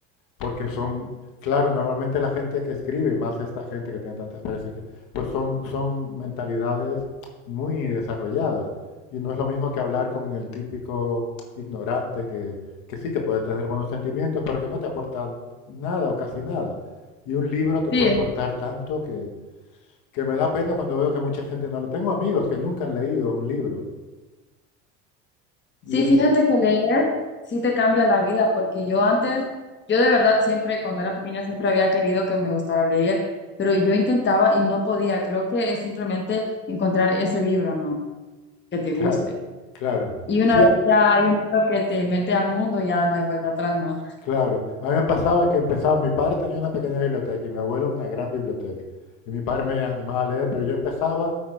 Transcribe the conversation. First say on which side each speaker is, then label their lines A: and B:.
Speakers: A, on the left (about 60°); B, on the left (about 30°).
A: porque son, claro, normalmente la gente que escribe, y más esta gente que tiene tanta experiencia, que- pues son, son mentalidades muy desarrolladas. Y no es lo mismo que hablar con el típico ignorante que, que sí que puede tener buenos sentimientos, pero que no te aporta nada o casi nada. Y un libro te
B: Sí,
A: puede aportar tanto que, que me da pena cuando veo que mucha gente no le... Tengo amigos que nunca han leído un libro. Y
B: Sí,
A: es,
B: fíjate que leer sí te cambia la vida, porque yo antes, yo de verdad siempre, cuando era pequeña, siempre había querido que me gustara leer, pero yo intentaba y no podía. Creo que es simplemente encontrar ese libro, ¿no? Que te
A: claro,
B: guste.
A: claro.
B: Y una
A: Sí,
B: vez ya hay un libro que te mete al mundo, ya no hay vuelta atrás, ¿no?
A: Claro, a mí me pasaba que empezaba, mi padre tenía una pequeña biblioteca y mi abuelo una gran biblioteca. Y mi padre me animaba a leer, pero yo empezaba,